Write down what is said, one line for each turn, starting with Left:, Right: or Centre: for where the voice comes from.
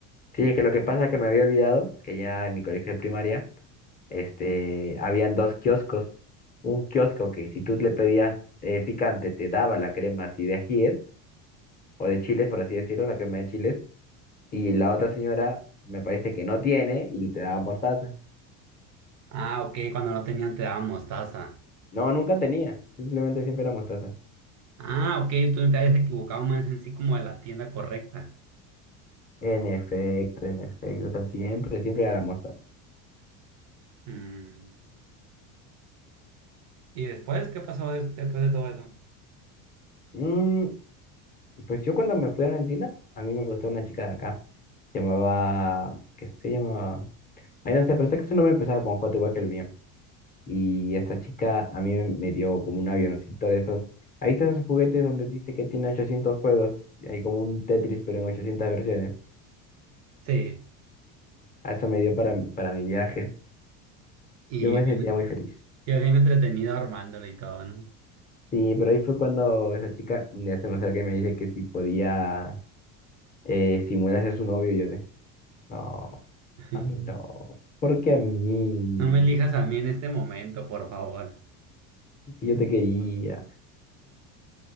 Left: Sí, es que lo que pasa es que me había olvidado que ya en mi colegio de primaria este, habían dos kioscos. Un kiosco que si tú le pedías eh, picante, te daba la crema así de ajíes, o de chiles, por así decirlo, la crema de chiles. Y la otra señora me parece que no tiene y te daba mostaza.
Right: Ah, ok, cuando no tenían te daban mostaza.
Left: No, nunca tenía. Simplemente siempre era mostaza.
Right: Ah, ok, tú no te habías equivocado más en sí como de la tienda correcta.
Left: En efecto, en efecto. O sea, siempre, siempre era la mostaza.
Right: Mm, ¿Y después qué pasó des- después de todo eso?
Left: Mm, pues yo cuando me fui a Argentina, a mí me gustó una chica de acá. Se llamaba, ¿qué se llamaba? Ay, no sé, pero sé que su nombre empezaba con J igual que el mío. Y esta chica a mí me dio como un avioncito de esos. Ahí están esos juguetes donde dice que tiene 800 juegos. y Hay como un Tetris, pero en 800 versiones.
Right: sí,
Left: A eso me dio para, mi- para mi viaje.
Right: y
Left: Yo me
Right: bien,
Left: sentía muy feliz.
Right: y bien entretenido armándole y todo, ¿no?
Left: Sí, pero ahí fue cuando esa chica un día se me acerca y me dice que si podía eh, simular ser su novio. Y yo de, no,
Right: <laughs>
Left: a mí no. ¿Por qué a mí?
Right: No me elijas a mí en este momento, por favor.
Left: Si yo te quería.